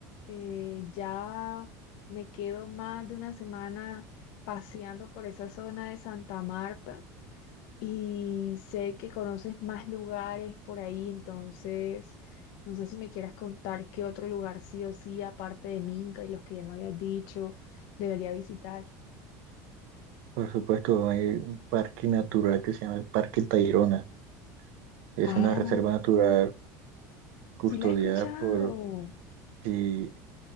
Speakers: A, on the left; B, on the right.
A: eh, ya me quedo más de una semana paseando por esa zona de Santa Marta y sé que conoces más lugares por ahí, entonces no sé si me quieras contar qué otro lugar sí o sí, aparte de Minca y los que ya me habías dicho, debería visitar.
B: Por supuesto, hay un parque natural que se llama el Parque Tayrona. Es
A: Ah,
B: una reserva natural custodiada
A: sí la he escuchado.
B: por... Sí,